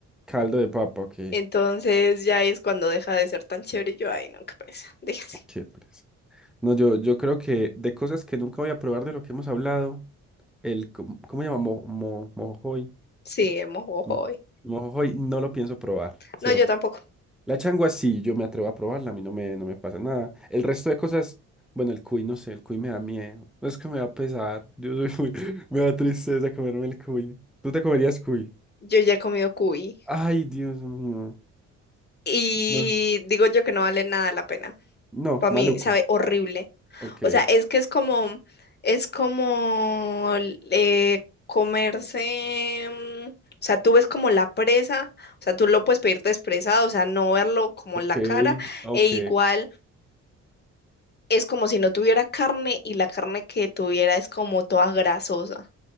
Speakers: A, in the centre; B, on the left.
A: Caldo de papa, ok.
B: Entonces ya es cuando deja de ser tan chévere y yo, ay, no, qué presa, déjase.
A: Qué pereza. No, yo, yo creo que de cosas que nunca voy a probar de lo que hemos hablado, el... co- ¿Cómo se llama? Mo, mo- mojojoy.
B: Sí, hemos hoy.
A: Mm. Mojo hoy no lo pienso probar, ¿cierto?
B: No, yo tampoco.
A: La changua sí, yo me atrevo a probarla, a mí no me, no me pasa nada. El resto de cosas, bueno, el cuy no sé, el cuy me da miedo. No Es que me va a pesar. Yo soy muy- <laughs> me da tristeza comerme el cuy. ¿Tú te comerías cuy?
B: Yo ya he comido cuy.
A: Ay, Dios mío.
B: Y
A: No,
B: digo yo que no vale nada la pena.
A: no,
B: Para
A: maluco.
B: mí sabe horrible.
A: Ok,
B: O sea, es que es como, es como eh, comerse, mm, o sea, tú ves como la presa, o sea, tú lo puedes pedir expresado, o sea, no verlo como
A: ok,
B: la cara,
A: ok.
B: e igual es como si no tuviera carne y la carne que tuviera es como toda grasosa.